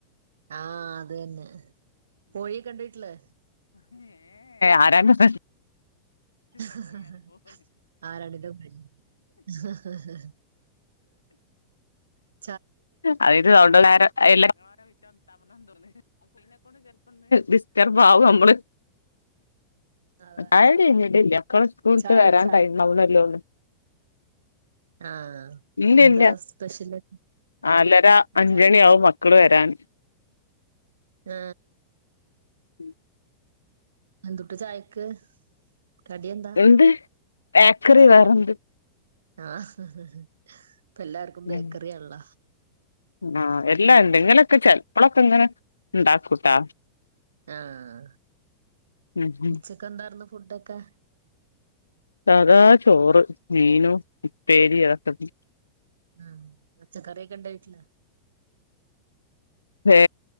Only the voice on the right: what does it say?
ആ അത് തന്നെ പൊഴേ കണ്ടീട്ടില്ലേ?
ഹ ഹ ആരാണ്ടിൻന്റുപ്പെ. ഹ് ഹ് ആ
അതെ
ചായ
കുടിച്ചാ
ആ
ന്താ
സ്പെഷ്യല്?
ചായക്കടി
ആ
അന്തുട്ടാ ചായക്ക്? കടിയെന്താ
കടി ആഹ ഹ് ഹ് ഹ് ഇപ്പ ല്ലാർക്കും
ബേക്കറിയാൺള്ള
ആഹ
ഉച്ചക്ക് എന്താർന്നു ഫുഡൊക്കെ.?
ആ പച്ചക്കറിക്കെ ഇണ്ട വീട്ടില്.?